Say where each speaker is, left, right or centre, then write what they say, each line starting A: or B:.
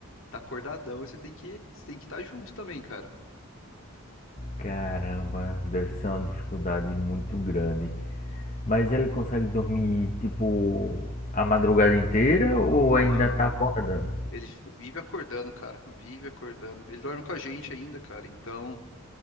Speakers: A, on the left; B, on the left.
A: Tá acordadão e você tem que, você tem que estar junto também, cara.
B: caramba, deve ser uma dificuldade muito grande. Mas ele consegue dormir, tipo, a madrugada inteira ou
A: Não,
B: ainda tá
A: ele
B: acordando?
A: ele vive acordando, cara. Vive acordando. Ele dorme com a gente ainda, cara. Então.